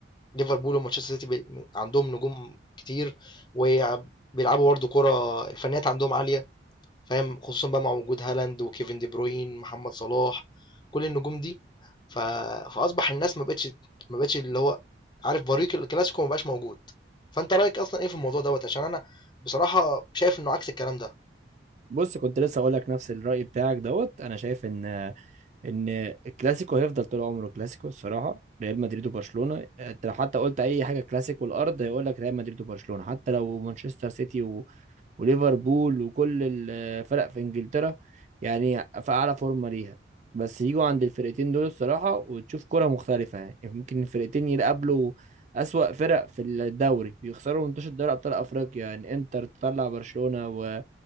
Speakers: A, on the left (about 25°); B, on the right (about 40°).
A: ليفربول ومانشستر سيتي بي- عندهم نجوم كتير وبيلعبوا برضه كرة الفنيات عندهم عالية فاهم خصوصا بقى مع وجود هالاند وكيفن دي بروين محمد صلاح كل النجوم دي ف... فأصبح الناس ما بقتش ما بقتش اللي هو عارف بريق الكلاسيكو ما بقاش موجود فأنت رأيك أصلا إيه في الموضوع دوت عشان أنا بصراحة شايف إنه عكس الكلام ده
B: بص كنت لسه اقول لك نفس الرأي بتاعك دوت انا شايف ان ان الكلاسيكو هيفضل طول عمره كلاسيكو الصراحه ريال مدريد وبرشلونه انت لو حتى قلت اي حاجه كلاسيكو الارض هيقول لك ريال مدريد وبرشلونه حتى لو مانشستر سيتي و... وليفربول وكل الفرق في انجلترا يعني في اعلى فورمه ليها بس يجوا عند الفرقتين دول الصراحه وتشوف كره مختلفه يعني يعني ممكن الفرقتين يقابلوا اسوأ فرق في الدوري يخسروا منتوش الدوري ابطال افريقيا يعني انتر تطلع برشلونه و...